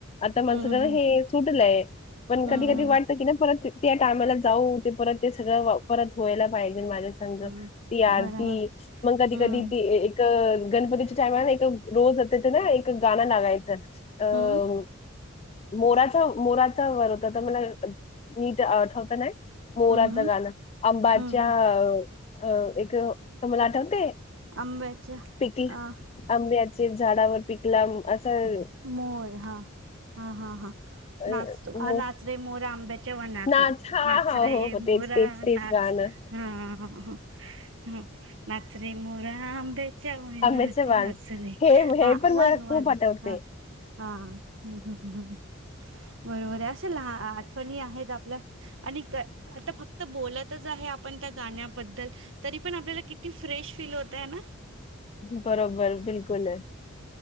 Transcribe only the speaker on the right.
हं,
हं.
हं,
हं.
हं.
बरोबर.
हं,
हं.
हं, हं.
हं, हं.
आंब्याच्या
आ
मोर, हा हा हा हा,
नाच तो
नाच रे मोरा आंबेच्या च्यावनाथ
नाच
रे
मोरा
नाच
हह. हम नाचरे मोरा आंब्या च्या वनात,
नाच रे
हा.
वन
वन
हा. हा हम् ह् ह बरोबर आहे. असे लहा आठवणी आहेत आपल्या आणि आता फक्त बोलतच आहे, आपण त्या गाण्याबद्दल तरी पण, आपल्याला किती फ्रेश फील होतय ना?